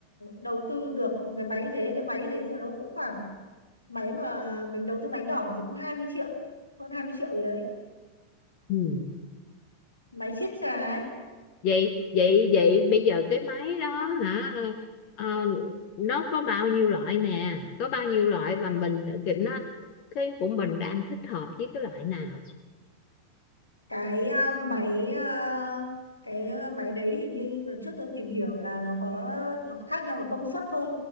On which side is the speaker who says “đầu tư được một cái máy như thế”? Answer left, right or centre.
Left